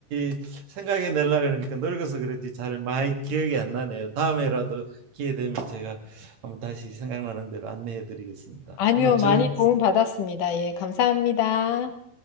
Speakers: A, on the right; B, on the left.
A: 이 생각이 날라 그러니까 늙어서 그런지 잘 많이 기억이 안 나네요. 다음에라도 기회 되면 제가 한번 다시 생각나는 대로 안내해 드리겠습니다.
B: 아니요,
A: 오늘 즐거웠습니다.
B: 많이 도움 받았습니다. 예, 감사합니다.